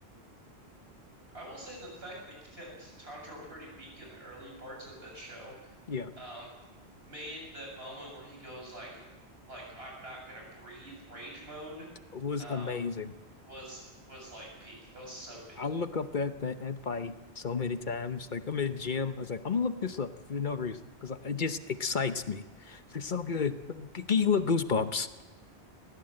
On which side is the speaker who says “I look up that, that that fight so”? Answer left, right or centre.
Left